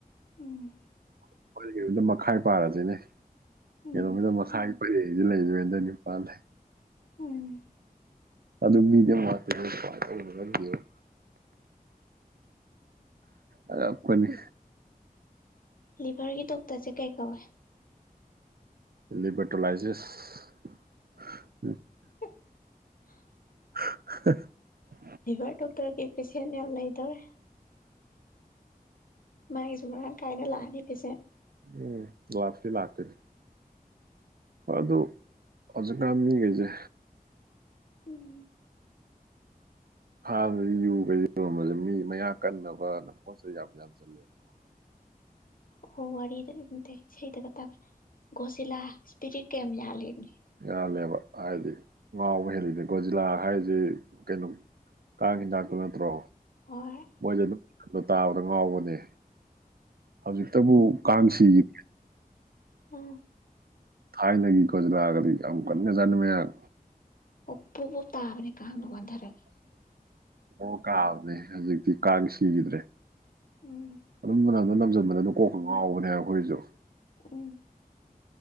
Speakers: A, on the left (about 65°); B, on the right (about 80°).
A: ꯎꯝ
B: ꯑꯩꯈꯣꯏ ꯀꯤꯂꯣꯃꯤꯇꯔ ꯃꯈꯥꯏ ꯄꯥꯔꯁꯤꯅꯦ
A: ꯎꯝ
B: ꯀꯤꯂꯣꯃꯤꯇꯔ ꯃꯈꯥꯏ <unintelligible> ꯕꯦꯟꯗꯔ ꯅꯤꯄꯥꯟ ꯂꯩ
A: ꯎꯝ
B: ꯑꯗꯨ ꯃꯤꯗꯤ ꯑꯝ ꯋꯥꯇꯦꯕꯣ ꯀꯃꯥꯏ ꯇꯧꯕꯅꯣ ꯈꯪꯗꯦꯕꯣ ꯑꯗ ꯑꯈꯣꯏꯅꯤ
A: ꯂꯤꯚꯔꯒꯤ ꯗꯣꯛꯇꯔꯁꯦ ꯀꯩ ꯀꯧꯏ
B: ꯂꯤꯕꯔꯇꯣꯂꯥꯏꯁꯤꯁ
A: <unintelligible>
B: <unintelligible>
A: ꯂꯤꯚꯔ ꯗꯣꯛꯇꯔꯒꯤ ꯄꯦꯁꯦꯟ ꯌꯥꯝ ꯂꯩꯗꯧꯔꯦ ꯃꯥꯥꯏꯁꯨ ꯃꯔꯥꯡ ꯀꯥꯏꯅ ꯂꯥꯛꯑꯅꯤ ꯄꯦꯁꯦꯟ
B: ꯎꯝ ꯂꯥꯛꯄꯨꯗꯤ ꯂꯥꯛꯇꯣꯏꯅꯤ ꯍꯣꯏ ꯑꯗꯨ ꯍꯧꯖꯤꯛꯀꯥꯟ ꯃꯤꯒꯩꯖꯦ
A: ꯎꯝ
B: ꯍꯥꯟꯅꯗꯤ ꯌꯨꯒꯁꯦꯀꯣ ꯃꯖꯦ ꯃꯤ ꯃꯌꯥꯛ ꯀꯟꯅꯕꯅ ꯄꯣꯠ ꯆꯩ ꯌꯥꯝ ꯌꯥꯟꯖꯤꯜꯂꯦꯕꯀꯣ
A: ꯑꯣ ꯋꯥꯔꯤꯗ ꯅꯠꯇꯦ ꯏꯁꯩꯗꯒ ꯇꯥꯕ ꯒꯣꯖꯤꯂꯥ ꯏꯁꯄꯤꯔꯤꯠ ꯀ ꯌꯥꯝ ꯌꯥꯜꯂꯦꯃꯤ
B: ꯌꯥꯜꯂꯦꯕ ꯍꯥꯏꯗꯤ ꯉꯥꯎꯕ ꯍꯦꯜꯂꯤꯅꯦ ꯒꯣꯖꯤꯂꯥ ꯍꯥꯏꯁꯦ ꯀꯩꯅꯣ ꯀꯥꯡ ꯍꯤꯗꯥꯛꯇꯨ ꯅꯠꯇ꯭ꯔꯣ
A: ꯍꯣꯏ
B: ꯃꯣꯏꯗꯤ ꯑꯗꯨꯝ ꯕꯗꯣ ꯇꯥꯕꯗ ꯉꯥꯎꯕꯅꯦ ꯍꯧꯖꯤꯛꯇꯕꯨ
A: ꯎꯝ
B: ꯀꯥꯡꯁꯤꯒꯤ
A: ꯎꯝ
B: ꯊꯥꯏꯅꯒꯤ ꯒꯣꯖꯤꯂꯥꯒꯗꯤ ꯌꯥꯝ ꯀꯟꯒ꯭ꯔꯖꯥꯠꯅꯤ ꯃꯌꯥꯛ
A: ꯑꯣ ꯄꯣꯞ ꯄꯣꯞ ꯇꯥꯕꯅꯦ ꯀꯥꯡꯗꯣ ꯋꯥꯟꯊꯔꯒ
B: ꯑꯣ ꯀꯥꯕꯅꯦ ꯍꯧꯖꯤꯛꯇꯤ ꯀꯥꯡ ꯁꯤꯒꯤꯗ꯭ꯔꯦ
A: ꯎꯝ
B: ꯑꯗꯨꯝ ꯃꯅꯝꯗꯣ ꯅꯝꯖꯟꯕ ꯑꯗꯨ ꯀꯣꯛ ꯀ ꯉꯥꯎꯕꯅꯦ ꯑꯈꯣꯏꯖꯨ
A: ꯎꯝ